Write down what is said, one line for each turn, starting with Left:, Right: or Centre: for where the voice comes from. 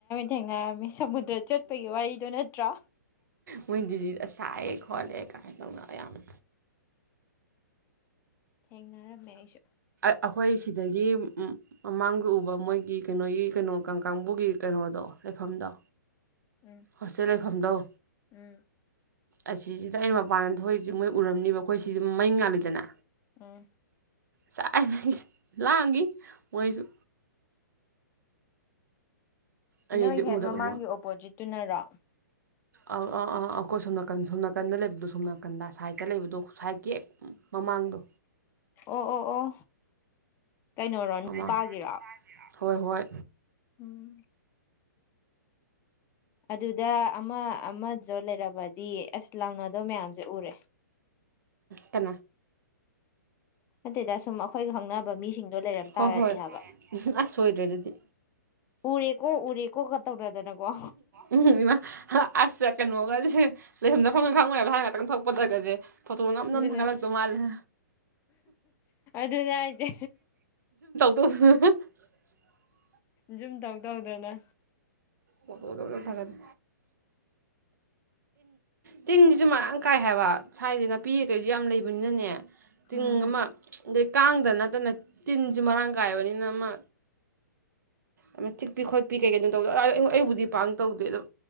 Left: ꯇꯦꯡꯉꯔꯝꯃꯤ ꯁꯃꯨꯗ꯭ꯔ ꯆꯠꯄꯒꯤ ꯋꯥꯔꯤꯗꯣ ꯅꯠꯇ꯭ꯔꯥ
Right: ꯃꯣꯏ ꯗꯤꯗ ꯁꯥꯏꯑꯦ ꯈꯣꯠꯂꯦ ꯀꯥꯏꯅ ꯇꯧꯅ ꯑꯌꯥꯝꯕ
Left: ꯊꯦꯡꯅꯔꯝꯃꯦ ꯑꯩꯁꯨ
Right: ꯑꯩꯈꯣꯏ ꯁꯤꯗꯒꯤ ꯃꯃꯥꯡꯗ ꯎꯕ ꯃꯣꯏꯒꯤ ꯀꯩꯅꯣꯒꯤ ꯀꯩꯅꯣ ꯀꯥꯡ ꯀꯥꯡꯕꯨꯒꯤ ꯀꯩꯅꯣꯗꯣ ꯂꯩꯐꯝꯗꯣ
Left: ꯎꯝ
Right: ꯍꯣꯁꯦꯜꯦ ꯊꯝꯗꯧ
Left: ꯎꯝ
Right: ꯑꯁꯤꯁꯤꯗ ꯑꯩꯅ ꯃꯄꯥꯟꯗ ꯊꯣꯛꯏꯁꯤ ꯃꯣꯏ ꯎꯔꯝꯅꯤꯕ ꯑꯩꯈꯣꯏ ꯁꯤꯗꯤꯝ ꯃꯩ ꯉꯥꯜꯂꯤꯗꯅ
Left: ꯑ
Right: ꯆꯥꯛꯅ ꯂꯥꯡꯒꯤ ꯃꯣꯏꯁꯨ ꯑꯩꯅꯗꯤ
Left: ꯅꯣꯏ ꯍꯦꯠ
Right: ꯎꯗꯕ
Left: ꯃꯃꯥꯡꯒꯤ ꯑꯣꯄꯣꯖꯤꯠꯇꯨꯅꯔꯣ
Right: ꯑ ꯑꯥ ꯑꯥ ꯑꯥ ꯑꯩꯈꯣꯏ ꯁꯣꯝ ꯅꯥꯀꯟ ꯁꯣꯝ ꯅꯥꯀꯟꯗ ꯂꯩꯕꯗꯣ ꯁꯣꯝ ꯅꯥꯀꯟꯗ ꯁꯥꯏꯗꯠꯇ ꯂꯩꯕꯗꯣ ꯁꯥꯏꯠꯀꯤ ꯍꯦꯛ ꯃꯃꯥꯡꯗꯣ
Left: ꯑꯣ ꯑꯣ ꯑꯣ ꯀꯩꯅꯣꯔꯣ
Right: ꯃꯃꯥꯡ
Left: ꯅꯨꯄꯥꯒꯤꯔꯣ
Right: ꯍꯣꯏ ꯍꯣꯏ
Left: ꯎꯝ ꯑꯗꯨꯗ ꯑꯃ ꯑꯃꯁꯗ ꯂꯩꯔꯕꯗꯤ ꯑꯁ ꯂꯥꯎꯅꯗꯧ ꯃꯌꯥꯝꯁꯦ ꯎꯔꯦ
Right: ꯀ
Left: ꯑꯗꯗ ꯁꯨꯝ ꯑꯩꯈꯣꯏꯒ ꯈꯪꯅꯕ ꯃꯤꯁꯤꯡꯗꯣ ꯂꯩꯔꯝ
Right: ꯍꯣꯏ
Left: ꯇꯥꯔꯗꯤ
Right: ꯍꯣꯏ
Left: ꯍꯥꯏꯕ
Right: ꯑꯁ ꯁꯣꯏꯗ꯭ꯔꯦ ꯑꯗꯨꯗꯤ
Left: ꯎꯔꯦꯀꯣ ꯎꯔꯦꯀꯣ ꯀ ꯇꯧꯅꯗꯅꯀꯣ
Right: ꯎꯝ ꯏꯃꯥ ꯑꯁ ꯀꯩꯅꯣꯒꯁꯦ ꯂꯩꯁꯝꯗꯐꯝꯪꯒ ꯈꯪꯉ ꯍꯥꯟꯅꯛꯇꯪ ꯊꯣꯛꯄ ꯆꯒꯁꯦ ꯐꯣꯇꯣ ꯅꯝ
Left: ꯑꯗꯨꯅꯦ
Right: ꯅꯝ ꯊꯥꯡꯒꯠꯂꯛꯇꯧ ꯃꯥꯜꯂꯦ
Left: ꯑꯗꯨ ꯌꯥꯏꯖꯦ
Right: ꯍ
Left: ꯁꯨꯝ ꯇꯧ ꯇꯧꯗꯅ
Right: ꯃꯠꯇ ꯃꯗ ꯊꯅꯤ ꯇꯤꯟꯁꯤꯁꯨ ꯃꯔꯥꯡ ꯀꯥꯏ ꯍꯥꯏꯕ ꯁ꯭ꯋꯥꯏꯗꯤ ꯅꯥꯄꯤ ꯀꯩꯁꯨ ꯌꯥꯝ ꯂꯩꯕꯅꯤꯅꯅꯦ ꯇꯤꯡ
Left: ꯎꯝ
Right: ꯑꯃ ꯀꯥꯡꯗ ꯅꯠꯇꯅ ꯇꯤꯟꯁꯨ ꯃꯔꯥꯡ ꯀꯥꯏꯕꯅꯤꯅ ꯑꯃ ꯑꯃ ꯆꯤꯛꯄꯤ ꯈꯣꯠꯄꯤ ꯀꯩ ꯀꯩꯅꯣ ꯇꯧꯗꯦ ꯑꯩꯕꯨꯗꯤ ꯄꯥꯡ ꯇꯧꯗꯦ ꯑꯗꯨꯣ